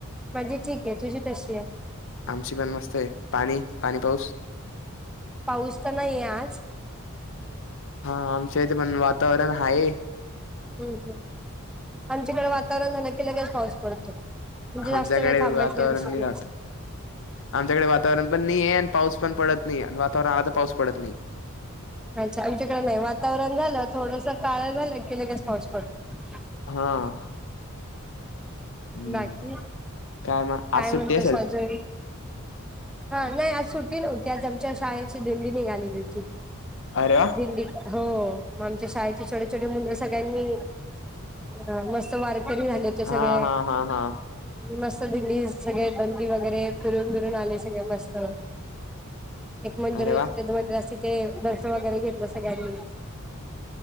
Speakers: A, in the centre; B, on the left.
A: माझी ठीक ये, तुझी कशी ये?
B: आमची पण मस्त ये, पाणी- पाणी पाऊस?
A: पाऊस त नाहीे ये आज.
B: हा आमच्या इथे पण वातावरण हाये.
A: हम् हम्, आमच्याकडे वातावरण झालं की लगेच पाऊस पडतो. म्हणजे
B: आमच्याकडे
A: जास्त वेळ थांबायचा
B: वातावरण
A: काही विषय
B: नाही राहात,
A: नसतो
B: आमच्याकडे वातावरण पण नाही ये आणि पाऊस पण पडत नाही आणि वातावरण हा ता पाऊस पडत नाही.
A: अच्छा आमच्याकडे नाही, वातावरण झालं थोडसं काळं झालं कि लगेच पाऊस पडतो.
B: हा, हम्म.
A: बाकी
B: मग
A: काय
B: आज सुट्टी
A: म्हणता
B: असेल
A: सॉजरी हा नाय आज सुट्टी नव्हती, आज आमच्या शाळेची दिंडी निघालेली होती.
B: आरे व्वा.
A: दिंडी हो मग आमच्या शाळेचे छोटे -छोटे मुलं सगळ्यांनी हं मस्त वारकरी झाले. सगळे
B: हा हा हा हा
A: मस्त दिधली सगळे बंदी वगैरे फिरून फिरून आले. मस्त एक मंदिर
B: अरे
A: होत
B: वा
A: तिथं मद्रासी ते दर्शन वगैरे घेतलं सगळ्यांनी